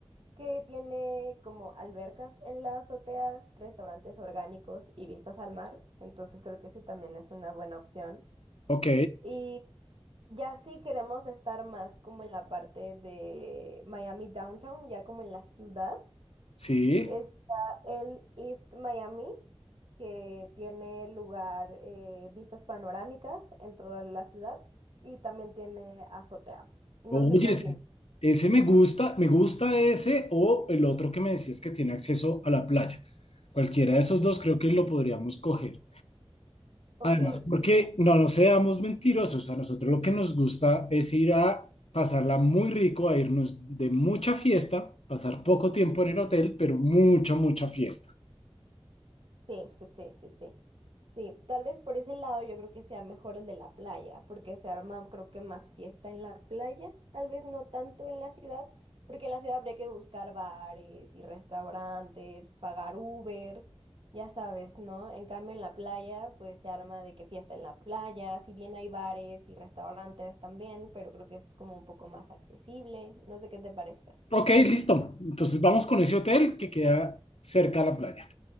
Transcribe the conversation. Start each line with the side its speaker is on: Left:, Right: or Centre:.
Right: que tiene como albercas en la azotea, restaurantes orgánicos y vistas al mar. Entonces creo que ese también es una buena opción.
Left: Ok,
Right: Y ya sí queremos estar más como en la parte de Miami Downtown, ya como en la ciudad.
Left: sí.
Right: Está el East Miami, que tiene lugar eh, vistas panorámicas en toda la ciudad y también tiene azotea. No
Left: Oye,
Right: sé qué opinas.
Left: ese, ese me gusta, me gusta ese o el otro que me decías que tiene acceso a la playa. Cualquiera de esos dos creo que lo podríamos coger.
Right: Ok,
Left: Además, porque no nos seamos mentirosos, a nosotros lo que nos gusta es ir a pasarla muy rico, a irnos de mucha fiesta, pasar poco tiempo en el hotel, pero mucha, mucha fiesta.
Right: sí, sí, sí, sí, sí. Sí, tal vez por ese lado yo creo que sea mejor el de la playa, porque se arma creo que más fiesta en la playa, tal vez no tanto en la ciudad, porque en la ciudad habría que buscar bares y restaurantes, pagar Uber, ya sabes, ¿no? En cambio en la playa pues se arma de que fiesta en la playa, si bien hay bares y restaurantes también, pero creo que es como un poco más accesible, no sé qué te parezca.
Left: Ok, listo. Entonces vamos con ese hotel que queda cerca a la playa.